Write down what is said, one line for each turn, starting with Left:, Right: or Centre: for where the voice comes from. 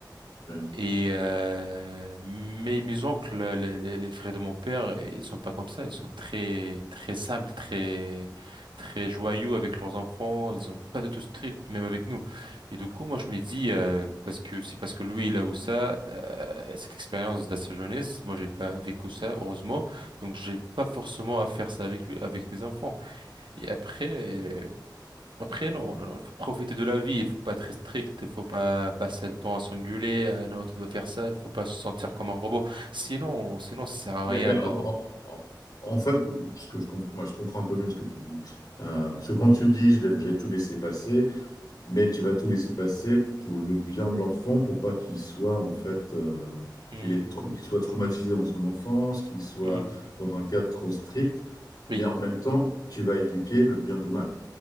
Left: Oui.
Right: Et euh, mais mes oncles, les, les, les frères de mon père, ils sont pas comme ça. Ils sont très très simples, très très joyeux avec leurs enfants. Ils ont pas de tout strict, même avec nous. Et du coup, moi, je me dis euh, parce que c'est parce que lui il a eu ça, euh, cette expérience de sa jeunesse. Moi, j'ai pas vécu ça, heureusement. Donc, j'ai pas forcément à faire ça avec lui, avec mes enfants. Et après. Après, non, non, non, il faut profiter de la vie, il faut pas être strict, il faut pas passer le temps à s'engueuler, euh, non, tu dois faire ça, il faut pas se sentir comme un robot. Sinon, sinon, ça sert à
Left: Mais-
Right: rien
Left: mais en,
Right: de...
Left: en- en- en fait, ce que je comprends, moi, je comprends un peu mieux ce que tu dis. Euh, parce que quand tu dis, je l'ai- j'ai tout laissé passer, mais tu vas tout laisser passer pour le bien de l'enfant, pour pas qu'il soit en fait euh,
Right: Hmm,
Left: qu'il est trau- qu'il soit traumatisé dans son enfance, qu'il soit
Right: hmm,
Left: dans un cadre trop strict,
Right: Oui.
Left: mais en même temps, tu vas éduquer le bien du mal.